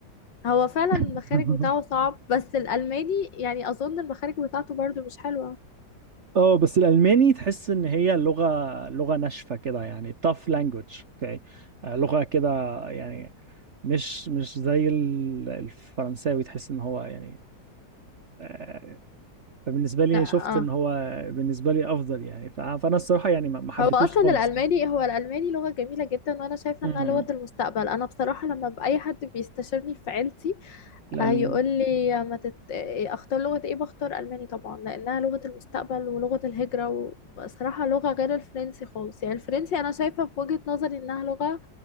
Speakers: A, on the left (about 80°); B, on the right (about 45°).
A: هو فعلا
B: <laughs>
A: المخارج بتاعه صعب بس الألماني يعني أظن المخارج بتاعته برضو مش حلوة
B: اه بس الالماني تحس ان هي لغه لغه ناشفه كده يعني tough language اوكي لغه كده يعني مش مش زي ال- الفرنساوي تحس ان هو يعني آه، فبالنسبه لي
A: لا
B: شفت ان
A: اه
B: هو بالنسبه لي افضل يعني ف- فانا الصراحه يعني ما ما حبيتوش
A: هو أصلا
B: خالص
A: الألماني هو الألماني لغة جميلة جدا وأنا شايفة
B: امم
A: إنها لغة المستقبل أنا بصراحة لما بأي حد بيستشيرني في عيلتي
B: الالماني
A: آه، يقول لي ما تت... إيه، أختار لغة إيه بختار ألماني طبعا لأنها لغة المستقبل ولغة الهجرة وصراحة لغة غير الفرنسي خالص يعني الفرنسي أنا شايفة في وجهة نظري إنها لغة